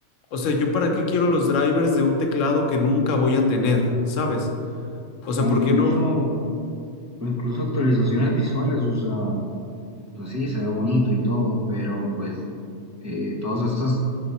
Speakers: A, on the left (about 85°); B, on the right (about 15°).
A: O sea, ¿yo para qué quiero los drivers de un teclado que nunca voy a tener? ¿Sabes? O sea,
B: O
A: ¿por
B: incluso,
A: qué no?
B: o incluso actualizaciones visuales, o sea, pues sí, se ve bonito y todo, pero pues eh, todas estas